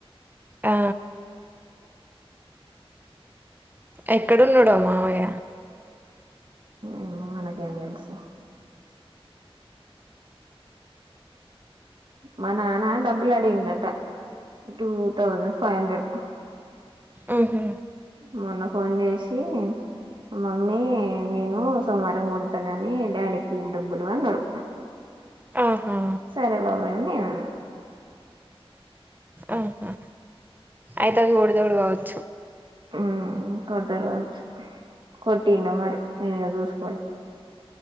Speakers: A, on the right; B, on the right.
A: ఆ ఎక్కడున్నాడొ మావయ్య
B: ఏమో మనకేం తెలుసు. మా నాన్న డబ్బులు అడిగిండట టూ తౌజండ్ ఫైవ్ హండ్రెడ్
A: ఆహు
B: మొన్న ఫోన్ చేసి మమ్మీ నేను సోమవారం కొడతగాని డాడీకివ్ డబ్బులు అన్నడు.
A: ఆహా
B: సరే బాబాయ్ అన్ని నేనన్న
A: ఆహా ఐతే అవి ఒడిదోడు కావచ్చు.
B: ఉ, కొడతాడు కావచ్చు, కొట్టిండొ మరి నేను ఇగ చూసుకోలే